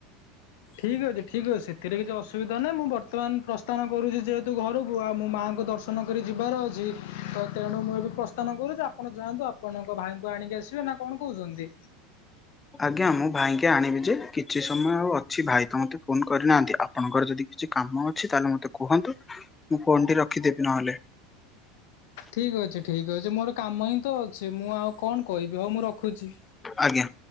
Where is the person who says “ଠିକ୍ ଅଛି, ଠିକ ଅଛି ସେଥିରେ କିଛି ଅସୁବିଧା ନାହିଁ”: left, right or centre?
Left